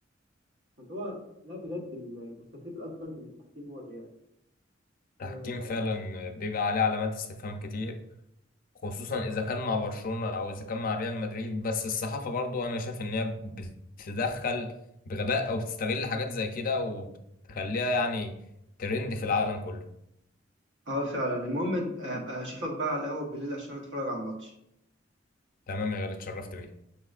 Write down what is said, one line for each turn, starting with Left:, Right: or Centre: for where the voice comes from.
Right: فاللي هو لا بجد المستفيد الأكبر من التحكيم هو الريال
Left: التحكيم
Right: آه،
Left: فعلا بيبقى عليه علامات استفهام كتير خصوصا اذا كان مع برشلونة او اذا كان مع ريال مدريد بس الصحافة برضو انا شايف ان هي بتتدخل بغباء او بتستغل حاجات زي كده وبتخليها يعني ترند في العالم كله
Right: اه فعلا المهم ابقى اشوفك بقى على القهوة بالليل عشان اتفرج على الماتش
Left: تمام يا غالي اتشرفت بيك